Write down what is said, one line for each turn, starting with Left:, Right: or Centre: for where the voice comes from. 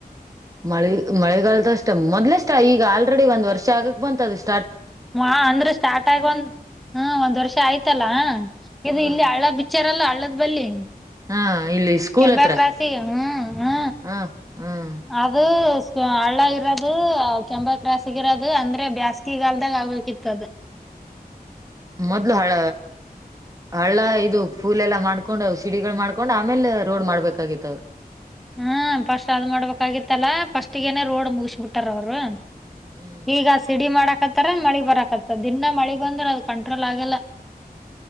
Right: ಮಳೆ ಮಳೆಗಾಲದ ಅಷ್ಟೇ ಮೊದ್ಲಷ್ಟ ಈಗ ಆಲ್ರೆಡಿ ಒಂದ್ ವರ್ಷ ಆಗಕ್ ಬಂತ ಅದಷ್ಟ
Centre: ಮಾ ಅಂದ್ರೆ ಸ್ಟಾರ್ಟ್ ಆಗ ಒಂದು್ ಹಾ ಒಂದ್ ವರ್ಷ ಆಯ್ತಲ್ಲಾ ಇದು
Right: ಹ್ಮ್
Centre: ಇಲ್ಲಿ ಹಳ್ಳದ ಬಿಚ್ಚಾರಲ್ಲ ಹಳ್ಳದ ಬಲ್ಲಿಿ
Right: ಹಾ ಇಲ್ಲಿ ಸ್ಕೂಲ್
Centre: ಕೆಂಬ
Right: ಹತ್ರ
Centre: ಕ್ರಾಾಸಿ ಹ್ಮ್ ಹ್ಮ
Right: ಹ ಹ್ಮ್
Centre: ಅದು ಹಳ್ಳ ಇರೋದು ಕೆಂಬ ಕ್ಲಸ್ಗ ಇರೋದು ಅಂದ್ರೆ ಬ್ಯಾಸ್ಗಿಗಾಲ್ದಾಗ ಆಗ್ಬೇಕ ಿತ್ತದ
Right: ಮೊದ್ಲು ಹಳ ಹಳ್ಳ ಇದು ಫೂಲ್ ಎಲ್ಲ ಮಾಡ್ಕೊಂಡು ಸಿಡಿಗಳು ಮಾಡ್ಕೊಂಡ್ ಆಮೇಲೆ ರೋಡ್ ಮಾಡ್ಬೇಕಾಗಿತ್ತ ಅವರು
Centre: ಹ್ಮ ಪಫಸ್ಟ್ ಅದ್ ಮಾಡ್ಬೇಕಾಗಿತ್ತಲ್ಲ ಫಸ್ಟ್ಗೇನೆೇ ರೋಡ್ ಮುಗಸ್ಬಿಟ್ಟಾರ ಅವ್ರು
Right: ಹ್ಮ್
Centre: ಈಗ ಸಿಡಿ ಮಾಡಾಕತ್ತಾರ ಮಳಿ ಬರಕತ್ತ ದಿನಾ ಮಳಿ ಬಂದ್ರೆ ಅದ ಕಂಟ್ರೋಲ್ ಆಗಲ್ಲ <inaudible>